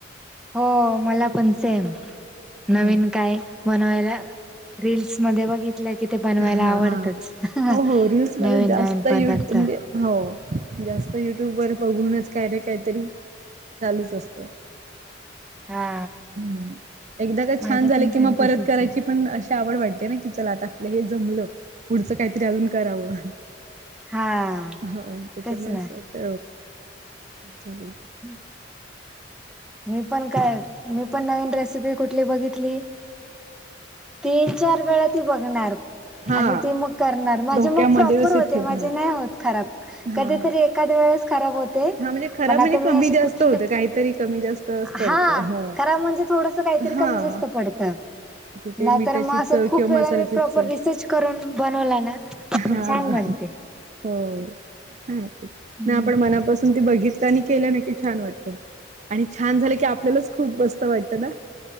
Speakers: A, in the centre; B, on the right.
A: हो मला पण सेम नवीन
B: हं.
A: काय? बनवायला रीलस मध्ये बघित लं किथ बनवायला
B: हां,
A: आवडतच
B: हां.
A: नवीन
B: हो, हो रील्समध्ये जास्त
A: नवीन पदार्थ
B: यू म्हणजे हो जास्त युट्यूब वर बघूनच काय ना काहीतरी चालूच असतं.
A: हा
B: ह् एकदा का
A: माझा
B: छान झाले
A: पण
B: कि
A: सेम
B: मग परत
A: तसच
B: करायची
A: आहे
B: पण अशी आवड वाटते ना की चला आता आपल्या हे जमलं पुढचं काहीतरी अजून करावं.
A: हा
B: हो त्याच्यामुळे
A: तेच ना
B: अस वाटत चालूल.
A: हम्म. मी पण काय मी पण नवीन रेसिपी कुठली बघितली. तीन चार वेळा ती बघणार.
B: हा
A: आणि ते मग करणार माझे
B: डोक्यामध्ये
A: मग प्रॉपर
B: तसे
A: होते
B: ठेवून
A: माझे
B: हा.
A: नाही होत खराब
B: हा
A: कधीतरी
B: हा
A: एखाद वेळेस खराब होते
B: हा म्हणजे खराब
A: पण आता
B: म्हणजे
A: मी
B: कमी
A: असे कुठले?
B: जास्त होतं काहीतरी कमी जास्तच पडतं
A: हा
B: ह.
A: खरा म्हणजे थोडस काहीतरी
B: हा
A: कमी जास्त पडतं.
B: कुठे
A: नाही
B: मिठाची
A: तर मग
B: चव
A: असं खूप
B: किंवा
A: वेळा
B: मसाल्याची
A: मी प्रॉपर
B: चव
A: रिसर्च करून बनवला ना. तर
B: हा
A: छान बनते.
B: हा. हो सांगत
A: हम्म
B: ना आपण मनापून. बघितलं मी केलं न की छान वाटत आणि छान झालं की आपल्याला खूप मस्त वाटत.